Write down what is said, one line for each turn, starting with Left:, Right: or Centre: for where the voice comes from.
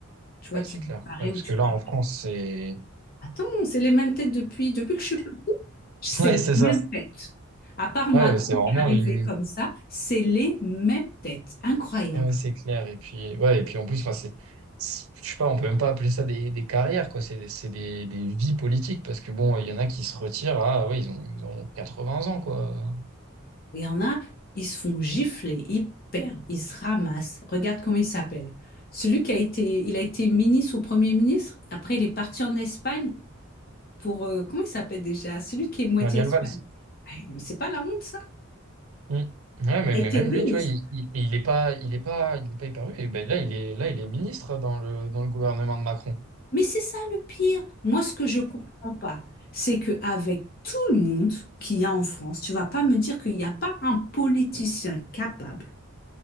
Left: Tu vois,
Right: Ouais,
Left: tu
Right: c'est
Left: disparais
Right: clair. Ouais, parce
Left: ou tu
Right: que
Left: te...
Right: là,
Left: reprends.
Right: en France, c'est.
Left: Attends, c'est les mêmes têtes depuis, depuis que je suis petite. C'est
Right: <laughs> Ouais,
Left: les
Right: c'est
Left: mêmes
Right: ça.
Left: têtes. À part Macron
Right: Ouais, euh, c'est vraiment
Left: qui est arrivé
Right: une.
Left: comme ça, c'est les mêmes têtes. Incroyable.
Right: Ouais, c'est clair. Et puis, ouais, et puis en plus, enfin, c'est. c'est- Je sais pas, on peut même pas appeler ça des, des carrières, quoi. C'est des, c'est des, des vies politiques, parce que bon, il y en a qui se retirent à. Ouais, ils ont, ils ont 80 ans, quoi.
Left: Il y en a, ils se font gifler, ils perdent, ils se ramassent. Regarde comment il s'appelle. Celui qui a été, il a été ministre ou premier ministre. Après, il est parti en Espagne pour, euh, comment il s'appelle déjà? Celui qui est moitié
Right: Manuel
Left: espagnol.
Right: Valls.
Left: Ouais, Mais c'est pas la honte, ça.
Right: Mm. Ouais, mais,
Left: Il a
Right: mais
Left: été
Right: même
Left: ministre.
Right: lui, tu vois, il, il, il est pas, il est pas, il est pas hyper vu. Et ben là, il est, là, il est ministre dans le, dans le gouvernement de Macron.
Left: Mais c'est ça le pire. Moi, ce que je comprends pas, c'est que avec tout le monde qu'il y a en France, tu vas pas me dire qu'il n'y a pas un politicien capable